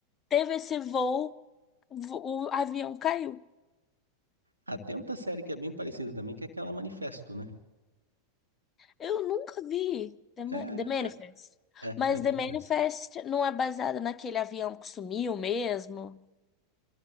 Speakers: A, on the left; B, on the right.
A: teve esse voo, vo- o avião caiu.
B: Ah, tem outra série que é bem parecida também, que é aquela Manifesto, né?
A: Eu nunca vi The, Ma-
B: É,
A: The Manifest.
B: é,
A: Mas
B: The Manifesto.
A: The Manifest não é baseada naquele avião que sumiu mesmo.